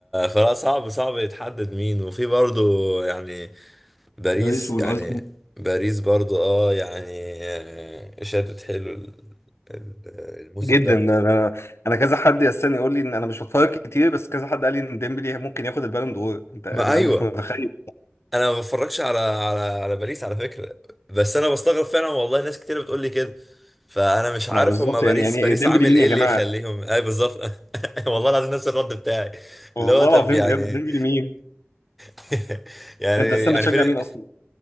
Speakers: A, in the centre; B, on the left (about 70°).
A: فلا صعب صعب يتحدد مين وفي برضو يعني باريس
B: باريس والارسنال
A: يعني باريس برضو اه يعني آه، شادت حلو ال- ال- الموسم
B: جدا
A: ده
B: انا انا كذا حد يستني يقول لي ان انا مش بتفرج كتير بس كذا حد قال لي ان ديمبلي ممكن ياخد البالون دور انت انا
A: ما ايوه
B: مش متخيل
A: انا ما بتفرجش على على على باريس على فكره بس انا بستغرب فعلا والله ناس كتير بتقول لي كده فانا مش عارف
B: ما بالظبط
A: هما باريس
B: يعني يعني
A: باريس
B: ديمبلي
A: عامل
B: مين
A: ايه
B: يا
A: اللي
B: جماعه
A: يخليهم اي بالظبط <laughs> والله العظيم نفس الرد بتاعي
B: والله
A: اللي هو طب
B: العظيم
A: يعني
B: بجد ديمبلي مين
A: <laughs> يعني
B: انت اصلا
A: يعني
B: بتشجع
A: فين
B: مين اصلا؟